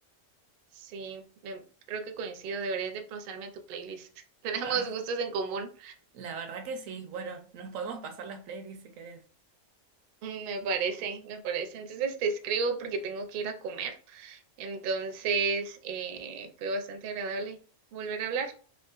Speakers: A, on the right (about 60°); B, on the right (about 85°).
A: Sí, me- creo que coincido, deberías de pasarme tu playlist. <laughs> Tenemos
B: Ah,
A: gustos en común,
B: la verdad que sí, bueno, nos podemos pasar las playlists si querés.
A: Mm, me parece, me parece. Entonces te escribo porque tengo que ir a comer. Entonces, eh, fue bastante agradable volver a hablar.